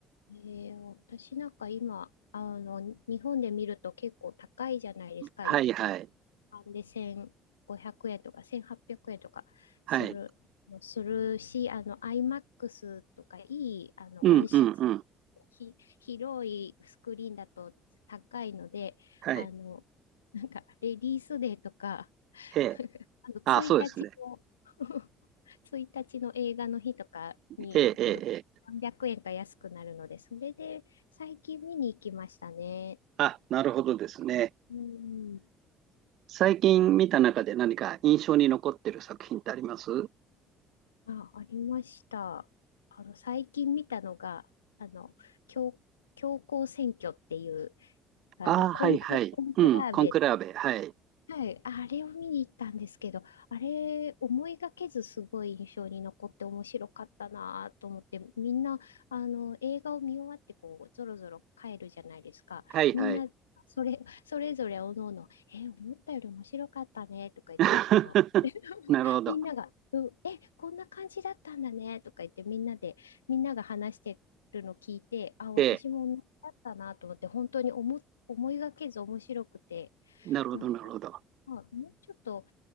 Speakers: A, on the left; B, on the right.
A: ええ私なんか今、あの、日本で見ると結構高いじゃないですか。
B: はいはい。
A: 一で、1500円とか1800円とかする、
B: はい。
A: するし、あの、IMAX とかいい、あの、
B: うんうんうん。
A: 音質、ひ、広いスクリーンだと高いので、
B: はい。
A: あの、なんか、レディースデーとか、<laughs>
B: ええ
A: あの、1日の
B: あ、そうですね。
A: <laughs> 1日の映画の日とかに、
B: ええ、ええ、
A: こう、
B: ええ。
A: 何百円か安くなるので、それで最近見に行きましたね。
B: あ、なるほどですね。
A: うん。
B: 最近見た中で何か印象に残ってる作品ってあります
A: あ、ありました。あの、最近見たのが、あの、教、教皇選挙っていう、あの、
B: ああ、
A: コンク、
B: はいはい。
A: コンクラーベっ
B: うん、コンクラーベ。はい。
A: はい、あれを見に行ったんですけど、あれ思いがけずすごい印象に残って面白かったなと思って、みんなあの映画を見終わってこうぞろぞろ帰るじゃないですか。
B: はいはい。
A: みんなそれ、それぞれおのおの、え、思ったより面白かったねとか言って、
B: <laughs>
A: その <laughs>
B: なるほど。
A: みんなが、うん、え、こんな感じだったんだねとか言ってみんなで、みんなが話してるの聞いて、あ、私も同じだったなと思って、
B: ええ、
A: 本当に思、思いがけず面白くて。
B: なるほど、
A: なんか、
B: なるほど。
A: まあ、もうちょっと、